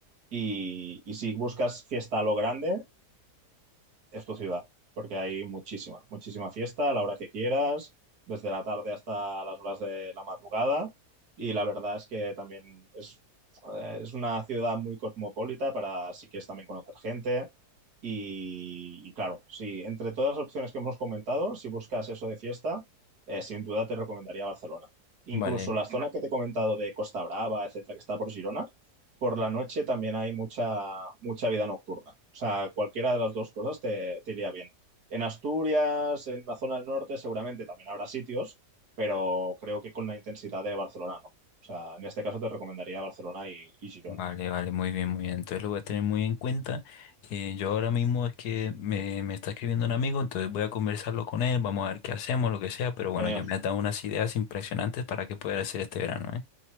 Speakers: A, on the right; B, on the left.
A: Y, y si buscas fiesta a lo grande, es tu ciudad, porque hay muchísima, muchísima fiesta a la hora que quieras, desde la tarde hasta las horas de la madrugada. Y la verdad es que también es, eh, es una ciudad muy cosmopolita para si quieres también conocer gente. Y, y claro, si entre todas las opciones que hemos comentado, si buscas eso de fiesta, eh, sin duda te recomendaría Barcelona. Incluso
B: Vale.
A: la zona que te he comentado de Costa Brava, etcétera, que está por Girona, por la noche también hay mucha, mucha vida nocturna. O sea, cualquiera de las dos cosas te, te iría bien. En Asturias, en la zona del norte, seguramente también habrá sitios, pero creo que con la intensidad de Barcelona no. O sea, en este caso te recomendaría Barcelona y, y Girona.
B: Vale, vale, muy bien, muy bien. Entonces lo voy a tener muy en cuenta. Eh, yo ahora mismo es que me, me está escribiendo un amigo, entonces voy a conversarlo con él, vamos a ver qué hacemos, lo que sea, pero bueno,
A: Genial,
B: ya me has dado unas ideas impresionantes para qué poder hacer este verano, ¿eh?